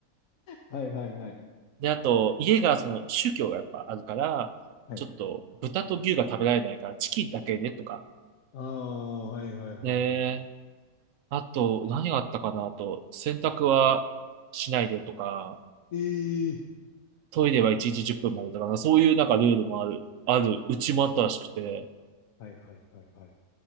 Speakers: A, on the left; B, on the right.
A: はいはいはい。
B: で、あと、家がその宗教がやっぱあるから、
A: はい。
B: ちょっと豚と牛が食べられないからチキンだけねとか、
A: ああ、はいはいはいはい。
B: ね、あと、何があったかなあと、洗濯はしないでとか、
A: ええ
B: トイレは1日10分までとかな、そういうなんかルールもある、ある、うちもあったらしくて、
A: はいはいはいはい。